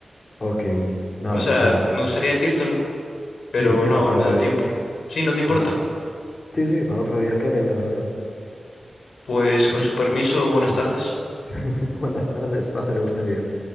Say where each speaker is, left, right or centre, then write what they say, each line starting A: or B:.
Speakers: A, on the left (about 40°); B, on the left (about 90°).
A: Ok, nada,
B: O sea,
A: pues nada.
B: me gustaría decírtelo. pero
A: Sí, queda
B: no
A: para
B: me
A: otro
B: da tiempo.
A: día.
B: Sí, no te importa.
A: Ok. Sí, sí, para otro día queda y ya lo hablaron.
B: Pues
A: Así
B: con su
A: que
B: permiso,
A: nada.
B: buenas
A: eh,
B: tardes.
A: <laughs> buenas tardes, pásale usted bien.